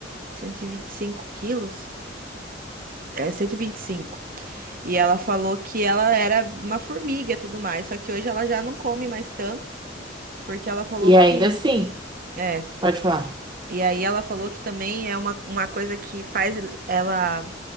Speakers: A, on the right; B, on the right.
A: cento e e vinte e cinco quilos. É, cento e e vinte e cinco E ela falou que ela era uma formiga e tudo mais, só que hoje ela já não come mais tanto, porque ela falou
B: E
A: que
B: ainda assim,
A: É,
B: pode falar,
A: E aí ela falou que também é uma, uma coisa que faz ela